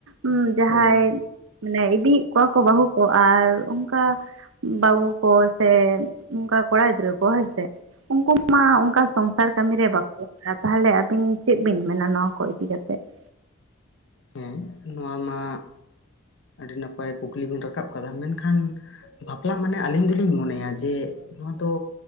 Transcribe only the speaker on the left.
ᱦᱳᱭ ᱦᱳᱭ
ᱦᱮᱸ, ᱱᱚᱣᱟ ᱢᱟ, ᱟᱹᱰᱤ ᱱᱟᱯᱟᱭ ᱠᱩᱠᱞᱤ ᱵᱤᱱ ᱨᱟᱠᱟᱵ ᱠᱟᱫᱟ ᱢᱮᱱᱠᱷᱟᱱ ᱾ ᱵᱟᱯᱞᱟ ᱢᱟᱱᱮ ᱟᱹᱞᱤᱧ ᱫᱩᱞᱤᱝ ᱢᱚᱱᱮᱭᱟ ᱡᱮ ᱱᱚᱣᱟ ᱫᱚ